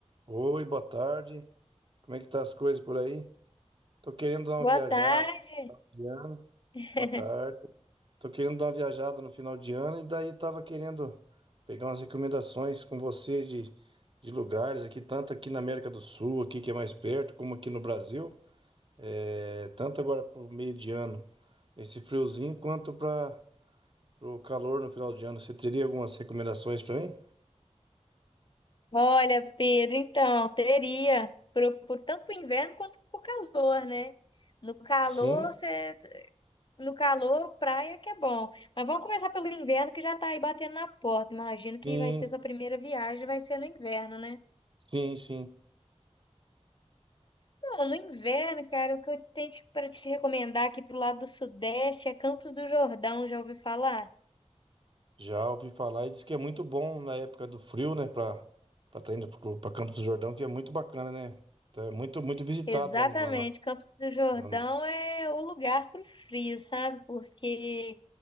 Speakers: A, on the right; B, on the left.
A: Oi, boa tarde. Como é que tá as coisas por aí? Tô querendo dar uma
B: Boa
A: viajada
B: tarde.
A: de ano.
B: <laughs>
A: Boa tarde. Tô querendo dar uma viajada no final de ano e daí tava querendo pegar umas recomendações com você de, de lugares aqui, tanto aqui na América do Sul, aqui que é mais perto, como aqui no Brasil. É, tanto agora pro meio de ano, esse friozinho, quanto para o calor no final de ano. Você teria algumas recomendações para mim?
B: Olha, Pedro, então, teria, por, por tanto por inverno quanto por calor, né? No calor,
A: Sim,
B: cê- no calor, praia que é bom. Mas vamos começar pelo inverno, que já tá aí batendo na porta. Imagino que
A: sim,
B: vai ser sua primeira viagem, vai ser no inverno, né?
A: sim, sim.
B: Não, no inverno, cara, o que eu tenho para te pra te recomendar aqui pro lado do Sudeste é Campos do Jordão, já ouvi falar?
A: Já ouvi falar e diz que é muito bom na época do frio, né? Pra, pra tá indo pro- pra Campos do Jordão, que é muito bacana, né? Então, é muito, muito visitado
B: Exatamente,
A: lá no, na, na-
B: Campos do Jordão
A: na- no-
B: é o lugar para o frio, sabe? Porque